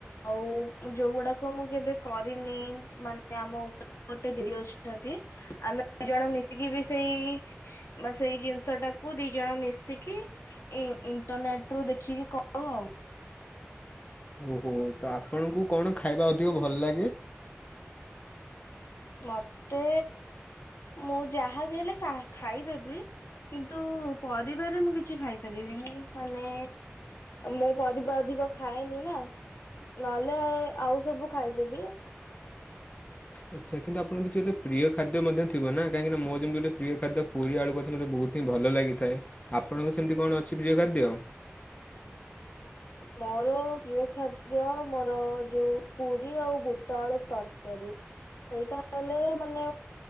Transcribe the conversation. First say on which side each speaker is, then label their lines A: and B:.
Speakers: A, on the left (about 70°); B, on the left (about 30°).
A: ଆଉ। ମତେ ଯୋଉଗୁଡାକ ମୁଁ କେବେ କରନି, ମନେ ଆମ <unintelligible> ଦି ଜଣ ମିଶିକି ବି ସେଇ ସେଇ ଜିନିଷ ଟାକୁ ଦି ଜଣ ମିଶିକି ଇଣ୍ଟରନେଟ ରୁ ଦେଖିକି କହ ଆଉ
B: ଓହୋ ତ ଆପଣଙ୍କୁ କଣ ଖାଇବା ଅଧିକ ଭଲ ଲାଗେ?
A: ମତେ ମୁଁ ଯାହାବି ହେଲେ ଖାଇଦେବି। କିନ୍ତୁ ପରିବାରେରେ ମୁଁ କିଛି ଖାଇପାରିବିନି ମାନେ ମୋ ପରିବା ଅଧିକ ଖାଏନି ନା। ନହେଲେ ଆଉ ସବୁ ଖାଇଦେବି।
B: ଆଚ୍ଛା କିନ୍ତୁ ଆପଣଙ୍କ କିଛି ଗୋଟେ ପ୍ରିୟ ଖାଦ୍ୟ ମଧ୍ୟ ଥିବ ନା କାହିଁକିନା ମୋ ଯେମତି ଗୋଟେ ପ୍ରିୟ ଖାଦ୍ୟ ପୁରୀ ଆୁ ସମସ୍ତେ ବହୁତ ହିଁ ଭଲ ଲାଗିଥାଏ ଆପଣଙ୍କ ସେମିତି କଣ ଅଛି ପ ଖାଦ ଆ
A: ହ ମୋର ପ୍ରିୟ ଖାଦ୍ୟ ମୋର ଯୋଉ ପୁରୀ ଆଉ ବୁଟ ଆଳୁ ତରକା ସେଇଟା ହେଲେ ମାନେ